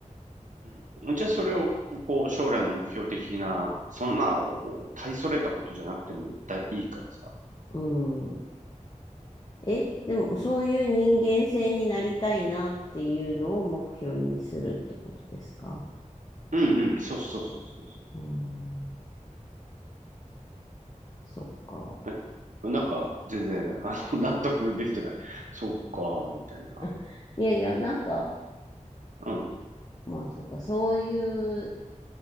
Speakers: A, on the right; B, on the left.
A: うんじゃあそれをこう将来の目標的な、そんなお大それたことじゃなくてもだいいからさ。
B: うんえ、でもそういう人間性になりたいなっていうのを目標にするってことですか
A: うんうん、そうそうそうそうそ
B: うーん、そっか。
A: う。えなんか全然あの <laughs> 納得できてない。そっか、みたいな。
B: <laughs> いやいや、なんか、
A: うん、
B: まあそっか、そういう